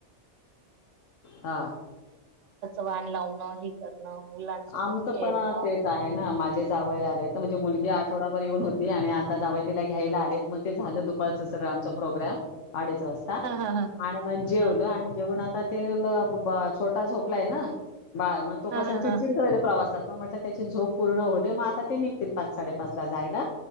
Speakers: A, on the left (about 80°); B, on the right (about 75°).
A: हा
B: वान लावणं हे करणं मुलांसोबत
A: आमचं
B: खेळणं
A: पणअ तेच आहे ना माझे जावई आले आहे आहेत तर म्हणजे मुलगी आठवडाभर येऊन होत ती आणि आता जावई तीला घ्यायला आलेत मग ते झालं दुपारचं सगळं आमचा प्रोग्राम अडीच वाजता
B: हा हा हा
A: आणि मग जेवल
B: हा
A: आणि जेवणात आता ते ल बा छोटा झोपलाय ना. बाळ मग तो
B: हा
A: कसा
B: हा
A: चिडचिड
B: हा
A: करायचा प्रवासात. मग म्हटलं त्याची झोप पूर्ण होऊदे मग आता ते निघतील पाच साडेपाच ला जायला.